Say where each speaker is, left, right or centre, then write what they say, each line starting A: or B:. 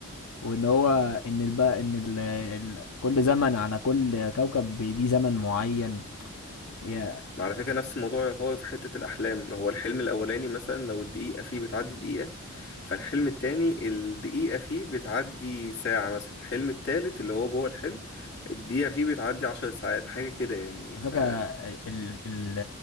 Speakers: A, on the left; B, on the left.
A: وان هو ان الب... ان ال... ال... كل زمن على كل كوكب ليه زمن معين يا
B: ما على فكرة نفس الموضوع يعتبر في حتة الأحلام هو الحلم الأولاني مثلا لو الدقيقة فيه بتعدي دقيقة فالحلم التاني الدقيقة فيه بتعدي ساعة مثلا الحلم التالت اللي هو جوه الحلم الدقيقة فيه بتعدي عشر ساعات حاجة كده يعني
A: على
B: ف
A: فكره ال... ال...